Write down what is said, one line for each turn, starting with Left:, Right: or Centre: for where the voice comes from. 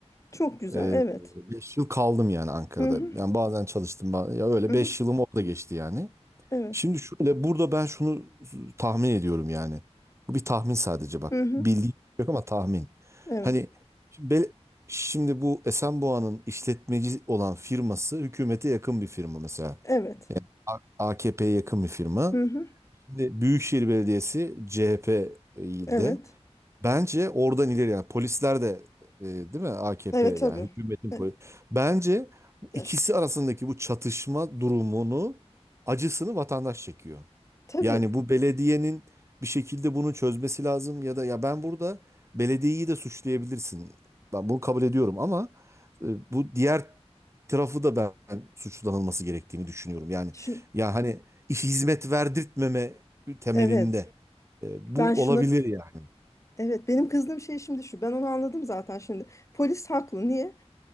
Left: Çok güzel.
Right: ee,
Left: Evet.
Right: 5 yıl kaldım yani Ankara'da.
Left: Hı hı.
Right: Yani bazen çalıştım. ba- Ya öyle
Left: Hı
Right: 5
Left: hı.
Right: yılım orada geçti yani.
Left: Evet.
Right: Şimdi şöyle burada ben şunu tahmin ediyorum yani. Bu bir tahmin sadece bak.
Left: Hı hı.
Right: Bildiğim yok ama tahmin.
Left: Evet.
Right: Hani şimdi, bel- şimdi bu Esenboğa'nın işletmeci olan firması hükümete yakın bir firma mesela.
Left: Evet.
Right: A- AKP'ye yakın bir firma.
Left: Hı hı.
Right: Şimdi Büyükşehir Belediyesi CHP'de
Left: Evet.
Right: Bence oradan ileri yani polisler de e, değil mi AKP
Left: Evet
Right: yani
Left: tabii.
Right: hükümetin
Left: E,
Right: polis. Bence bu
Left: Ya
Right: ikisi
Left: şu,
Right: arasındaki bu çatışma durumunu acısını vatandaş çekiyor.
Left: tabii.
Right: Yani bu belediyenin bir şekilde bunu çözmesi lazım ya da ya ben burada belediyeyi de suçlayabilirsin. Ben bunu kabul ediyorum ama e, bu diğer tarafı da ben suçlanılması gerektiğini düşünüyorum. Yani
Left: Şu,
Right: ya hani iş hizmet verdirtmeme temelinde
Left: evet.
Right: e,
Left: Ben
Right: bu
Left: şuna
Right: olabilir yani.
Left: Evet benim kızdığım şey şimdi şu. Ben onu anladım zaten şimdi. Polis haklı. Niye?